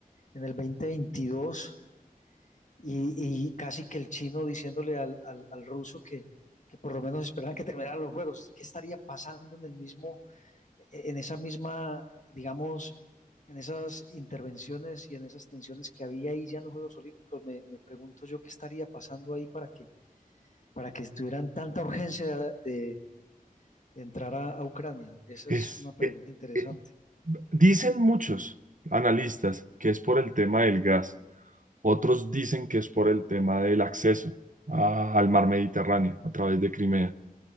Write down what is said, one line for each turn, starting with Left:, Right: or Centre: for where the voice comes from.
Left: en el 2022 y, y casi que el chino diciéndole al, al, al ruso que, que por lo menos esperaban que terminaran los juegos. ¿Qué estaría pasando en el mismo, e, en esa misma, digamos, en esas intervenciones y en esas tensiones que había ahí ya en los Juegos Olímpicos? Me, me pregunto yo qué estaría pasando ahí para que para que tuvieran tanta urgencia de, de entrar a, a, Ucrania? Esa
Right: Es,
Left: es una pregunta
Right: eh,
Left: interesante.
Right: eh, dicen muchos analistas que es por el tema del gas, otros dicen que es por el tema del acceso a- al mar Mediterráneo a través de Crimea.